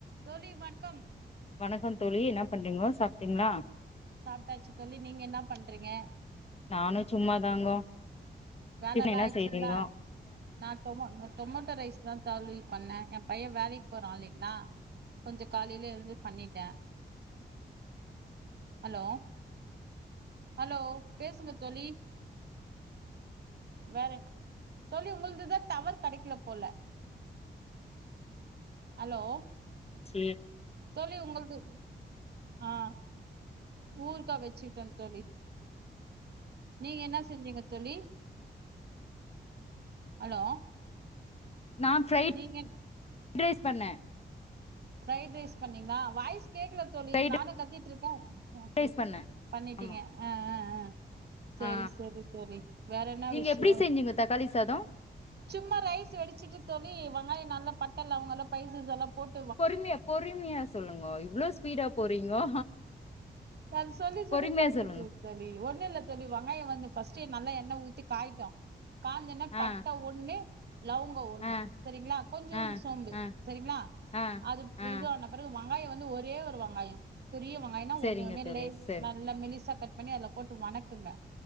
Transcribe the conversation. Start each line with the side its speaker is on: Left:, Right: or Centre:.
Right: தோழி வண்க்கம்
Left: வணக்கம் தோழி என்னா பண்றீங்கோ சாப்டீங்ளா
Right: சாப்டாச்சு தோழி நீங்க என்னா பண்றீங்கா
Left: நானு சும்மாதாங்கோ
Right: வேலல்லா
Left: டிஃபன் என்னா
Right: ஆயிடுச்சுங்களா
Left: செய்தீங்கோ
Right: நா டொமொ ந டொமொட்டோ ரைஸ்தா தோழி பண்ணே எம் பையே வேலைக் போறா இல்லீங்ளா கொஞ்ச காலிலே எழுந்து பண்ணிட்டே ஹலோ ஹலோ பேசுங்க தோழி வேற தோழி உங்கள்துதா டவர் கடைக்ல போல அலோ
Left: சீ
Right: தோழி உங்கள்து ஆ ஊர்க்கா வெச்சுட்டே தோழி நீங்க என்னா செஞ்சீங்க தோழி ஹலோ
Left: நா ஃப்ரை
Right: நீங்கெங்
Left: ட் ரைஸ் பண்ணே
Right: ஃப்ரைட் ரைஸ் பண்ணீங்ளா வாய்ஸ் கேக்ல தோழி
Left: ஃப்ரைட்
Right: நானு கத்திட்ருக்கே ஆ கேக்குத்
Left: ரைஸ் பண்ணே
Right: பண்ணிட்டீங்க
Left: ஆமா
Right: ஆ ஆ ஆ சேரி
Left: ஆ
Right: சேரி தோழி வேற என்ன
Left: நீங்க
Right: விஷ்யோ
Left: எப்டி செஞ்சீங்க தக்காளி சாதோ
Right: சும்மா ரைஸ் வெடிச்சிட்டு தோழி வங்காய நல்லா பட்ட லவங்கல்லா பைசஸெல்லா போட்
Left: பொறுமியா பொறுமியா சொல்லுங்கோ இவ்ளோ ஸ்பீடா போறீங்கோ
Right: அது சொல்லி சொல்லி
Left: பொறுமையா
Right: பழகிருச்சு
Left: சொல்லுங்க
Right: தோழி ஒண்ணு இல்ல தோழி வங்காய வந்து ஃபஸ்டு நல்லா எண்ண ஊத்தி காயிட்டும் காஞ்சன்ன
Left: ஆ
Right: பட்ட ஒன் ன்னு லவுங் க ஒண்ணு
Left: ஆ
Right: செரிங்ளா கொஞ்சூன்டு
Left: ஆ
Right: சோம்பு
Left: ஆ
Right: செரிங்ளா
Left: ஆ
Right: அது
Left: ஆ
Right: இது ஆனப் பிறவு வங்காய வந்து ஒரே ஒரு வங்காயம் பெரிய வங்காயன்னா
Left: செரிங்க
Right: ஒன்னு ஒன்னேலே
Left: தோழி செரி
Right: நல்லா மெலிசா கட் பண்ணி அதுல போட்டு வணக்குங்க